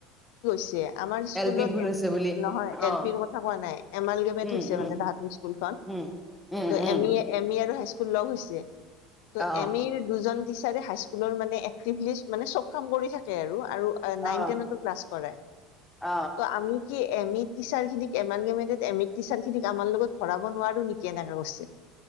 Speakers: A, on the left; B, in the centre.
A: যে আমাৰ স্কুল
B: এল পি
A: স্কুলত
B: ভুল
A: এ-
B: হৈছে বুলি
A: নহয়,
B: অ
A: এল পিৰ কথা কোৱা নাই। এমলগেমেট
B: উম
A: হৈছে
B: উম
A: মানে তাহাঁতৰ স্কুলখন।
B: উম উম
A: তো
B: উম
A: এম ই- এম ই আৰু হাইস্কুল লগ হৈছে। তো
B: অ
A: এম ইৰ দুজন টিচাৰে হাইস্কুলৰ মানে এক্টিভিষ্ট। মানে চব কাম কৰি থাকে আৰু - আৰু নাইন
B: অ
A: টেনতো ক্লাছ কৰায়।
B: অ
A: তো আমি কি এম ই টিচাৰখিনিক এমালগেমেটেট এম ই টিচাৰখিনিক আমাৰ লগত ভৰাব নোৱাৰোঁ নেকি, এনেকে কৈছে।